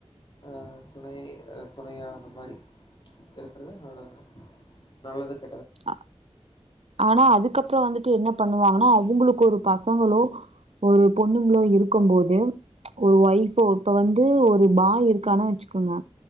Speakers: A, on the left; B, on the right.
A: ஆஹ் துணை துணையா அந்த மாரி இருக்கறத நல்லதுதா நல்லதுக்
B: அ ஆனா அதுக்கப்புற வந்துட்டு என்ன பண்ணுவாங்கன்னா உங்களுக்கு ஒரு பசங்களோ ஒரு பொண்ணுங்களோ இருக்கும்போது ஒரு ஒய்ஃபோ இப்ப வந்து ஒரு பாய் இருக்கானு வச்சுக்கோங்க